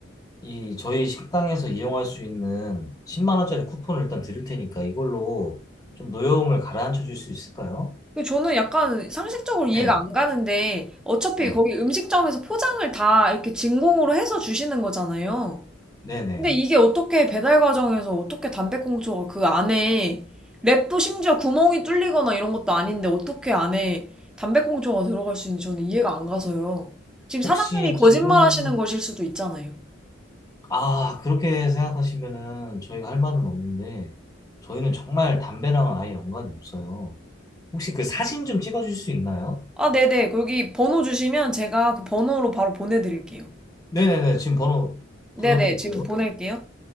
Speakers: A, on the left; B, in the centre.
A: 이 저희 식당에서 이용할 수 있는 10만 원짜리 쿠폰을 일단 드릴 테니까 이걸로 좀 노여움을 가라앉혀 줄 수 있을까요?
B: 그 저는 약간 상식적으로 이해가
A: 네,
B: 안 가는데, 어차피
A: 네,
B: 거기 음식점에서 포장을 다 이렇게 진공으로 해서 주시는 거잖아요.
A: 네네.
B: 근데 이게 어떻게 배달 과정에서 어떻게 담배꽁초가 그 안에 랩도 심지어 구멍이 뚫리거나 이런 것도 아닌데 어떻게 안에 담배꽁초가 들어갈 수 있는지 저는 이해가 안 가서요. 지금 사장님이
A: 혹시
B: 거짓말
A: 지금,
B: 하시는 것일 수도 있잖아요.
A: 아, 그렇게 생각하시면은 저희가 할 말은 없는데, 저희는 정말 담배랑은 아예 연관이 없어요. 혹시 그 사진 좀 찍어줄 수 있나요?
B: 아, 네네. 거기 번호 주시면 제가 그 번호로 바로 보내드릴게요.
A: 네네네, 지금 번호
B: 네네.
A: 불러드릴게요.
B: 지금 보낼게요.